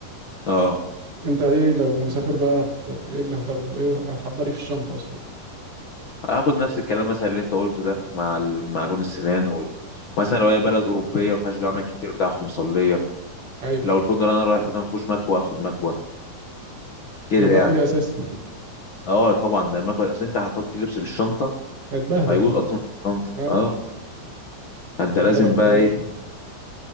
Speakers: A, on the left; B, on the right.
A: اه
B: أنت إيه لو مسافر بقى هت... إيه اللي هتاخده إيه هتحضر إيه في الشنطة أصلا
A: اخد نفس الكلام مثلا اللي انت قلته ده مع ال- معجون السنان و... مثلا لو هي بلد اوروبيه ما فيهاش جامع كتير بتاع اخد مصليه
B: أيوة
A: لو الفندق اللي انا رايحه ده ما فيهوش مكوه اخد مكوه كده
B: لما
A: يعني
B: دي أساسي
A: اه طبعا ده المكوه اصل انت هتحط اللبس في الشنطه
B: هتبهدل
A: هيبوظ
B: خلاص
A: اصلا في الشنطه
B: أه
A: اه فانت
B: وأنت
A: لازم
B: لو كوي
A: بقى ايه